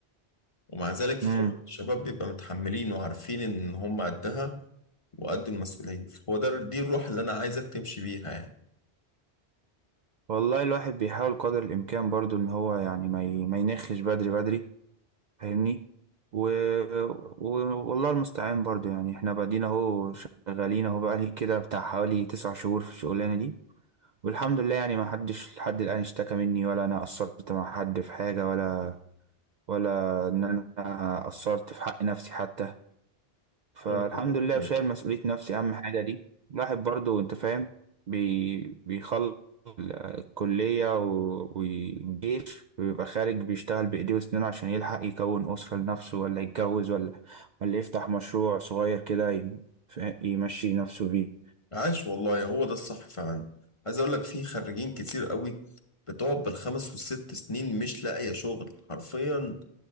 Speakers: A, on the left; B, on the right.
A: ومع ذلك في
B: امم
A: فترة الشباب بيبقى متحملين وعارفين إن هم قدها وقد المسؤولية هو ده دي الروح اللي أنا عايزك تمشي بيها يعني
B: والله الواحد بيحاول قدر الإمكان برضو إن هو يعني ما ي- ما ينخش بدري بدري فاهمني و... و... والله المستعان برضو يعني احنا بعدين اهو شغالين اهو بقالي كده بتاع حوالي تسع شهور في الشغلانة دي والحمد لله يعني ما حدش لحد الآن اشتكى مني ولا انا قصرت مع حد في حاجة ولا ولا ان انا قصرت في حق نفسي حتى فالحمد
A: طب والله
B: لله
A: كويس.
B: شايل مسؤولية نفسي أهم حاجة دي الواحد برضو أنت فاهم بي... بيخلص ال- الكلية و- والجيش ويبقى خارج بيشتغل بإيديه وسنينه عشان يلحق يكون أسرة لنفسه ولا يتجوز ولا ولا يفتح مشروع صغير كده ي... ف- يمشي نفسه بيه
A: عاش والله هو ده الصح فعلا عايز أقول لك في خريجين كتير قوي بتقعد بالخمس والست سنين مش لاقية شغل حرفيا